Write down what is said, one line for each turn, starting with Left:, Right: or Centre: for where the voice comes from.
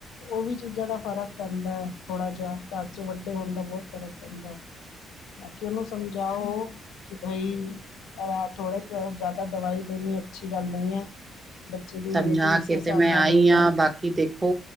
Left: ਉਹ ਵੀ ਚੀਜ਼ਾਂ ਦਾ ਫ਼ਰਕ ਪੈਂਦਾ ਹੈ ਥੋੜਾ ਜਿਹਾ ਘਰ ਚ ਵੱਡੇ ਹੋਣ ਦਾ ਬਹੁਤ ਫ਼ਰਕ ਪੈਂਦਾ ਹੈ।
Right: ਹ
Left: ਬਾਕੀ ਉਹ ਨੂੰ ਸਮਝਾਓ ਕਿ <unintelligible> ਥੋੜੇ ਜ਼ਿਆਦਾ ਦਵਾਈ ਦੇਣੀ ਅੱਛੀ ਗੱਲ ਨਹੀਂ ਹੈ ਬੱਚੇ ਦੀ ਇਮਿਊਨਿਟੀ
Right: ਸਮਝਾ
Left: ਉਸੇ
Right: ਕੇਤੇ
Left: ਹਿਸਾਬ
Right: ਮੈਂ
Left: ਨਾਲ
Right: ਆਈ
Left: ਹੋ ਜਾਣਗੇ
Right: ਹਾਂ ਬਾਕੀ ਦੇਖੋ